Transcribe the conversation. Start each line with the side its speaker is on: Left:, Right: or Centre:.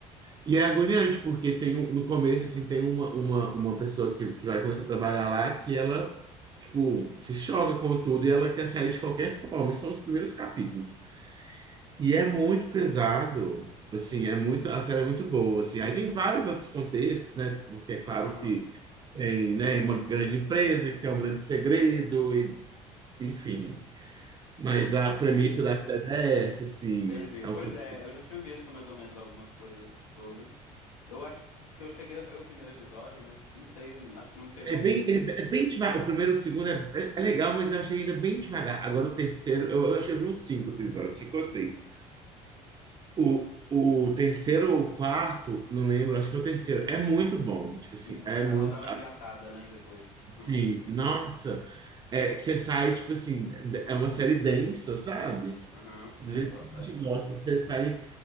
Right: E é agoniante, porque tem um- no começo, assim, tem uma, uma, uma pessoa que, que vai começar a trabalhar lá que ela, tipo, se choca com tudo e ela quer sair de qualquer forma. Esses são os primeiros capítulos. E é muito pesado, assim, é muito, a série é muito boa, assim. Aí tem vários outros contextos, né? Porque é claro
Left: aham.
Right: que tem, né, uma grande empresa que tem um grande segredo, e, enfim. Mas a
Left: Entendi,
Right: premissa da série é essa, assim,
Left: entendi.
Right: é
Left: Pois
Right: um futuro
Left: é, eu já tinha visto mais ou menos algumas coisas sobre. Eu acho que eu cheguei a ver o primeiro episódio, mas não sei, acho que não me pegou
Right: É bem,
Left: muito.
Right: é, é bem devagar. O primeiro e o segundo é, é é legal, mas eu achei ainda bem devagar. Agora o terceiro, eu, eu acho que eu vi uns cinco episódios, cinco ou seis. O, o terceiro ou o quarto, não lembro, acho que é o terceiro. É muito bom. Tipo assim,
Left: Hum,
Right: é
Left: Ela
Right: muito.
Left: dá uma engatada, né, depois. Hum,
Right: Assim, nossa, é que você sai, tipo assim, é uma série densa, sabe?
Left: Aham, sei,
Right: Do jeito
Left: bota
Right: que
Left: fé.
Right: a gente gosta, você sai